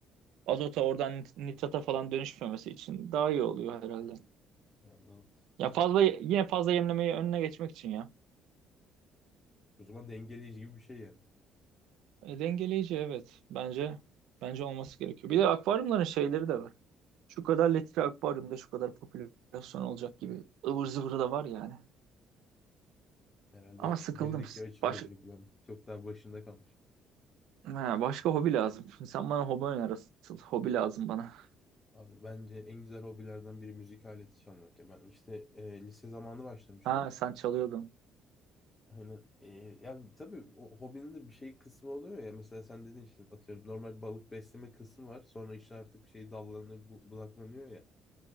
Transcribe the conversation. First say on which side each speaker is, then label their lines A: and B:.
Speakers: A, on the right; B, on the left.
A: azota oradan nit- nitrata falan dönüşmemesi için daha iyi oluyor herhalde.
B: Anladım.
A: Ya fazla yine fazla yemlemeyi önüne geçmek için ya.
B: O zaman dengeleyici gibi bir şey yani.
A: E, dengeleyici evet. Bence bence olması gerekiyor. Bir de akvaryumların şeyleri de var. Şu kadar litre akvaryumda şu kadar popülasyon olacak gibi ıvır zıvırı da var yani.
B: Herhalde
A: Ama sıkıldım.
B: girdikçe açılıyor.
A: Baş,
B: Hani Ben çok daha başında kalmış.
A: ha, başka hobi lazım. Sen bana hobi öner asıl. Hobi lazım bana.
B: Abi bence en güzel hobilerden biri müzik aleti çalmak ya. Ben işte e, lise zamanı başlamıştım.
A: Ha sen çalıyordun.
B: Aynen. E, ya tabii o hobinin de bir şey kısmı oluyor ya. Mesela sen dedin işte atıyorum normal balık besleme kısmı var. Sonra işte artık şey dallanıyor, bu, budaklanıyor ya.